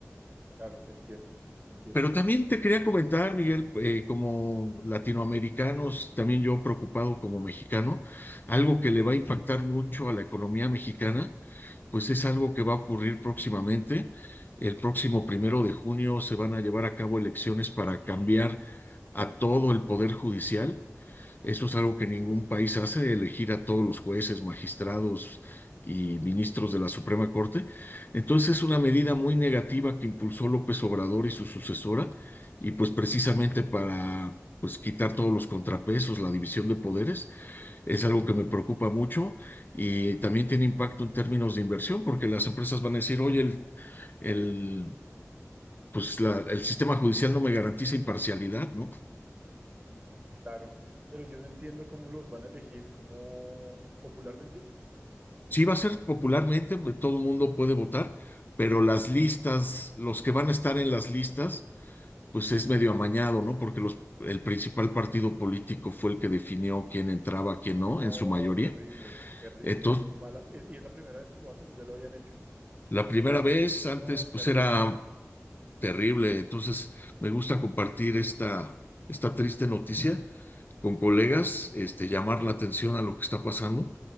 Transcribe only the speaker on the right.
Claro, te entiendo, te entiendo
perfecto.
Claro, pero yo no entiendo cómo los van a elegir, cómo popularmente.
No,
terrible, terrible,
muy mala. Es- y es la primera vez que lo hacen o ya lo habían hecho.
No,
terrible.